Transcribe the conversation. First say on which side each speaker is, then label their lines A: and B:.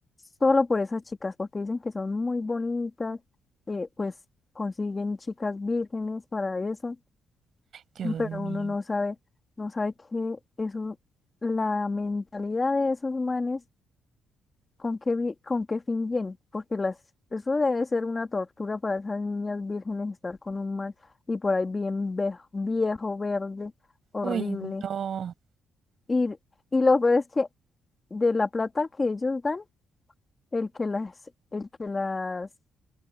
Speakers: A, on the left; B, on the right.
A: solo por esas chicas, porque dicen que son muy bonitas, eh, pues consiguen chicas vírgenes para eso,
B: Dios
A: <laughs> pero
B: mío.
A: uno no sabe, no sabe que eso, la mentalidad de esos manes, con qué, vi- con qué fin viene, porque las, eso debe ser una tortura para esas niñas vírgenes estar con un man y por ahí bien vejo- viejo, verde, horrible
B: Uy, no.
A: y, y lo peor es que de la plata que ellos dan, el que las, el que las